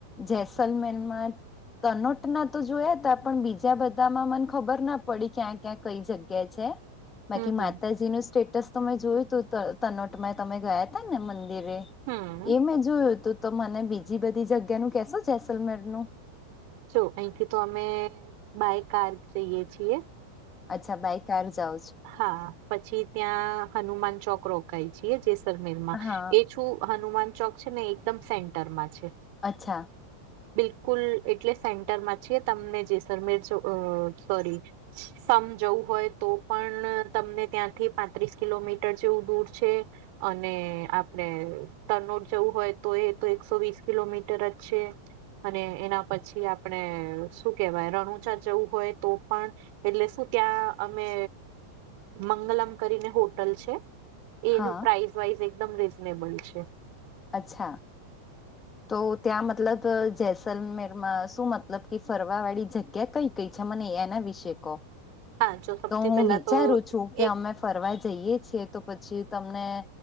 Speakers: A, on the left; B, on the right.
A: જેૈસલમેર મા તનોટ ના તો જોયા તા પણ બીજા બધામાં મને ખબર ના પડી ક્યાં ક્યાં કઈ જગ્યા છે.
B: હમ
A: બાકી
B: હમ
A: માતાજી નું સ્ટેટસ તો મે જોયું તું તનોટમાં ગયા તો ને મંદિરે
B: હમ
A: એ મેં જોયું તું તો મને બીજી બધી જગ્યાનું કેશો જેસલમેર નું?
B: જો અહીંથી તો અમે બાય કાર જઈએ છીયે.
A: અચ્છા તો બાઈ કાર જાવ
B: હા પછી ત્યાં હનુમાન ચોક રોકાઈ છીયે જેસલમેર માં.
A: હા
B: એ છું હનુમાન ચોક છે ને એકદમ સેન્ટર માં છે.
A: અચ્છા.
B: બિલકુલ એટલે સેન્ટર મા જ છે તમને જેસલમેર જો અહ સોરી સમજવું હોય તો પણ તમને ત્યાંથી પાંત્રીસ કિલોમીટર જેવું દૂર છે. અને આપડે તનોડ જવું હોય તોય એકસોવીસ કિલોમીટર જ છે. અને એના પછી આપણે શું કેવાય રણુજા જવું હોય તો પણ એટલે શું ત્યાં અમે મંગલમ કરી ને હોટલ છે એનું
A: હા
B: પ્રાઇઝ વાઇઝ એકદમ રીજનેબલ છે.
A: અચ્છા. તો ત્યાં મતલબ જેસલમેર અહ માં શું મતલબ ફરવા વાળી જગ્યા કઈ? છે મને એના વિષે કો
B: હા જો સૌથી
A: તો હું
B: પેલા
A: વિચારું
B: તો
A: છું કે
B: એક
A: અમે ફરવા જઈએ છીયે તો પછી તમને.